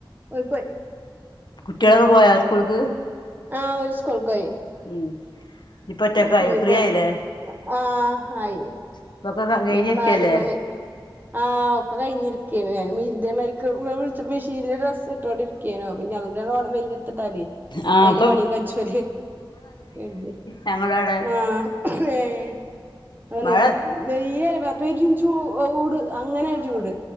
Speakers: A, on the right; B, on the left.
A: പൊയ് പൊയ്.
B: കുട്ട്യാളൊക്ക പോയ സ്കൂൾക്ക്?
A: ആഹ് ഓര് സ്കൂൾക്കോയ്.
B: ഉം. ഇപ്പൊ ഒറ്റക്കായോ
A: ഹൊ ഇനിയിപ്പൊ,
B: ഫ്രീ ആയില്ലേ
A: ആഹ് ഹായ്.
B: ഇപ്പൊക്കെ കഴിഞ്ഞിരിക്കല്ലേ
A: ഇഞ്ഞൊക്ക നാല് മണി ആഹ് ഒക്കെ കയ്ഞ്ഞിരിക്കെയ്ണ് ഞാന്. ഇനി ഇതേമാരിക്ക് ഇങ്ങള് വിളിച്ചപ്പ മെഷീനില് ഡ്രസ്സ്ട്ടോണ്ടിരി ക്കേനു. ഇഞ്ഞതും കൂടെ ഓണം വെയ്ലെത്ത്ട്ടാലേ
B: ആഹ്
A: അയ്ന്റെ
B: ഇപ്പം
A: പണിയും കജ്ജൊല് എയ്തി.
B: ഞമ്മളോടെ
A: ആഹ് ഏഹ് അങ്ങനെ
B: മഴ
A: വെയ്ല് പ പെരും ചൂട് അങ്ങനൊര് ചൂട്.